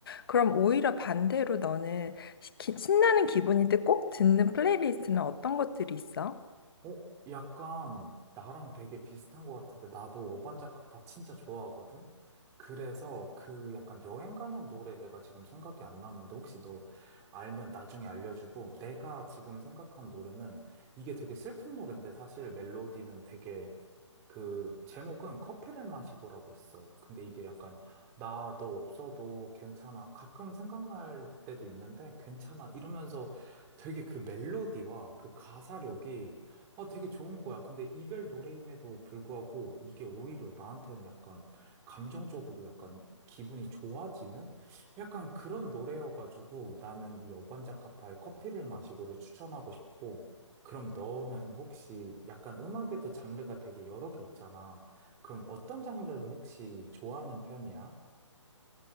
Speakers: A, on the left; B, on the right.
A: 그럼 오히려 반대로 너는 시- 신나는 기분일 때 꼭 듣는 플레이리스트는 어떤 것들이 있어?
B: 어? 약간 나랑 되게 비슷한 것 같은데 나도 어반자카파 진짜 좋아하거든? 그래서 그 약간 여행 가는 노래 내가 지금 생각이 안 나는데 혹시 너 알면 나중에 알려주고 내가 지금 생각한 노래는 이게 되게 슬픈 노래인데 사실 멜로디는 되게 그 제목은 커피를 마시고라고 있어. 근데 이게 약간 나 너 없어도 괜찮아. 가끔 생각날 때도 있는데 괜찮아. 이러면서 되게 그 멜로디와 그 가사력이 아 되게 좋은 거야. 근데 이별 노래임에도 불구하고 이게 오히려 나한테는 약간 감정적으로 약간 기분이 좋아지는 약간 그런 노래여가지고 나는 이 어반자카파의 커피를 마시고를 추천하고 싶고 그럼 너는 혹시 약간 음악에도 장르가 되게 여러 개 있잖아. 그럼 어떤 장르를 혹시 좋아하는 편이야?